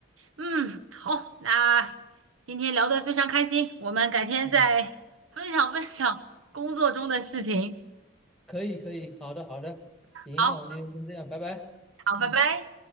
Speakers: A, on the right (about 85°); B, in the centre.
A: 嗯，好，那今天聊得非常开心，我们改天再分享分享工作中的事情。
B: 嗯，可以可以，好的好的，行，
A: 好，
B: 那我们今天先这样，拜拜。
A: 好，
B: 嗯。
A: 拜拜。